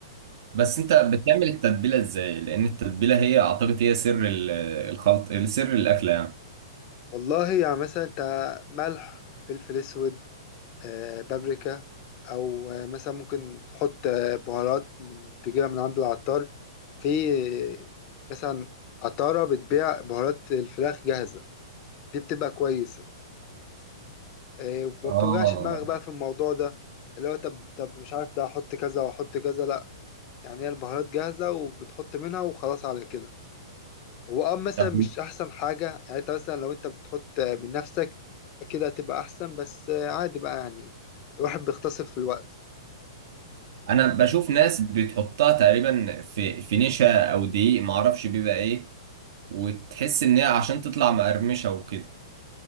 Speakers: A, on the right (about 55°); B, on the left (about 40°).
A: بس انت بتعمل التتبيله ازاي؟ لان التتبيله هي اعتقد هي سر ال- الخلط سر الاكله يعني
B: والله يعني مثلا انت ملح فلفل اسود آه، بابريكا او آه، مثلا ممكن تحط آه، بهارات من تجيبها من عند العطار في آه، مثلا عطارة بتبيع بهارات الفراخ جاهزة دي بتبقى كويسة آه، وما
A: اه
B: بتوجعش دماغك بقى في الموضوع ده اللي هو طب طب مش عارف ده احط كذا واحط كذا لا يعني هي البهارات جاهزة وبتحط منها وخلاص على كده هو اه مثلا
A: طب
B: مش احسن حاجة يعني انت مثلا لو انت بتحط من نفسك كده هتبقى احسن بس آه، عادي بقى يعني الواحد بيختصر في الوقت
A: انا بشوف ناس بتحطها تقريبا في في نشا او دقيق ما اعرفش بيبقى ايه وتحس ان هي عشان تطلع مقرمشه وكده